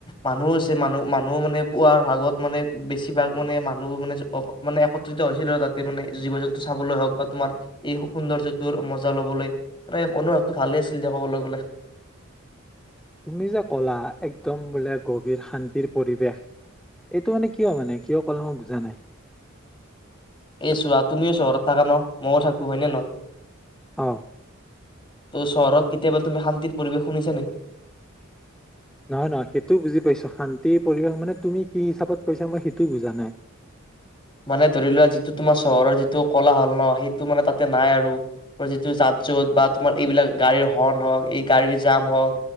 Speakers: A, on the left (about 25°); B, in the centre.
A: মানুহ আছে মানুহ মানুহ মানে পুৱাৰ ভাগত মানে বেছিভাগ মানে মানুহ মানে মানে একত্ৰিত হৈছিল আৰু তাতে মানে জীৱ জন্তু চাবলৈ হওক বা তোমাৰ এই সৌন্দৰ্য্যটোৰ মজা ল'বলৈ অনুভৱটো ভালে আছিল দে ক'বলৈ গলে।
B: তুমি যে ক'লা একদম বোলে গভীৰ শান্তিৰ পৰিৱেশ এইটো মানে কিয় মানে কিয় ক'লা মই বুজা নাই।
A: এই চোৱা তুমিও চহৰত থাকা ন ময়ো থাকোঁ হয়নে নহয়।
B: অ
A: ত' চহৰত কেতিয়াবা তুমি শান্তিৰ পৰিৱেশ শুনিছা নেকি
B: নহয় নহয় সেইটোও বুজি পাইছো শান্তি পৰিৱেশ মানে তুমি কি হিচাপত কৰিছা মই সেইটোও বুজা নাই
A: মানে ধৰি লোৱা যিটো তোমাৰ চহৰৰ যিটো কলা হল ন সেই টো মানে তাতে নাই আৰু যিটো যা য'ত বা তোমাৰ এইবিলাক গাড়ীৰ হৰ্ণ হওক এই গাড়ীৰ জাম হওঁক